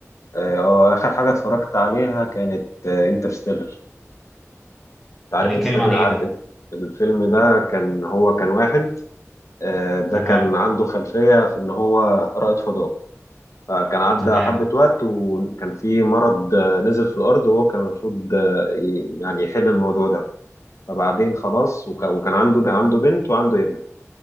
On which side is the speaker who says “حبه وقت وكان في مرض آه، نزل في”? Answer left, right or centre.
Left